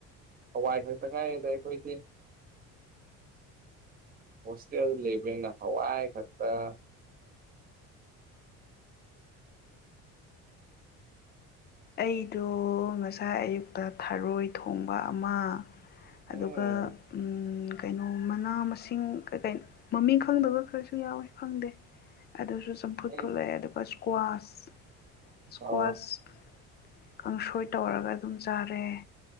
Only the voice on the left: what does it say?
ꯑꯩꯗꯣ ꯉꯁꯥꯏ ꯑꯌꯨꯛꯇ ꯊꯔꯣꯏ ꯊꯣꯡꯕ ꯑꯃ
ꯑꯗꯨꯒ ꯎꯝ ꯀꯩꯅꯣ ꯃꯅꯥ ꯃꯁꯤꯡ ꯀꯩꯀꯩꯅꯣ ꯃꯃꯤꯡ ꯈꯪꯗꯕ ꯈꯔꯁꯨ ꯌꯥꯎꯋꯦ ꯈꯪꯗꯦ ꯑꯗꯨꯁꯨ ꯆꯝꯐꯨꯠ
ꯐꯨꯠꯂꯦ ꯑꯗꯨꯒ ꯁꯀ꯭ꯋꯥꯁ ꯁꯀ꯭ꯋꯥꯁ
ꯀꯥꯡꯁꯣꯏ ꯇꯧꯔꯒ ꯑꯗꯨꯝ ꯆꯥꯔꯦ